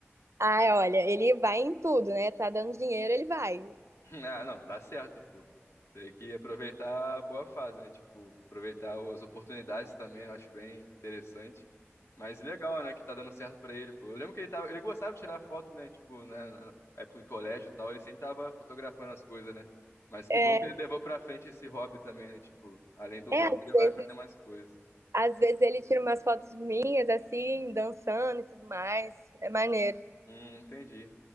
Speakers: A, on the right (about 80°); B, on the left (about 75°).
A: Ah, olha, ele vai em tudo, né? Tá dando dinheiro, ele vai.
B: <laughs> Ah, não, tá certo, pô. Tem que aproveitar a boa fase, né? Tipo, aproveitar as oportunidades também, eu acho bem interessante. Mas legal, né, que tá dando certo pra ele, pô. Eu lembro que ele tava, ele gostava de tirar foto, né, tipo, né, na época do colégio e tal, ele sempre tava fotografando as coisas, né? Mas que
A: É.
B: bom que ele levou pra frente esse hobby também, né? Tipo, além do
A: É,
B: hobby,
A: às
B: ele
A: vezes,
B: vai fazer mais coisas.
A: às vezes ele tira umas fotos minhas, assim, dançando e tudo mais. É maneiro.
B: Hum, entendi.